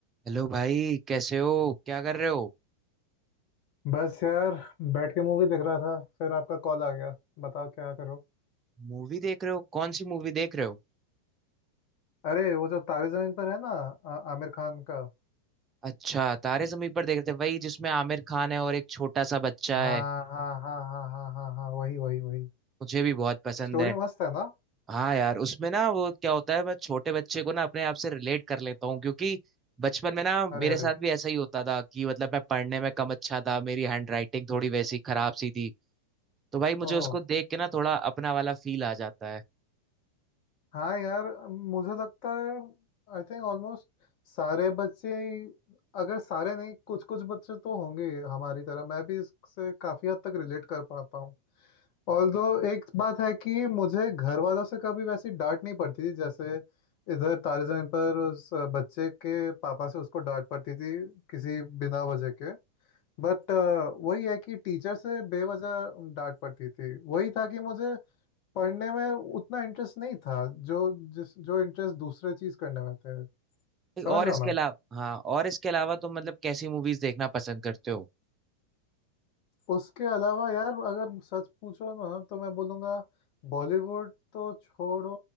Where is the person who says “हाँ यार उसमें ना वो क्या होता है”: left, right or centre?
Right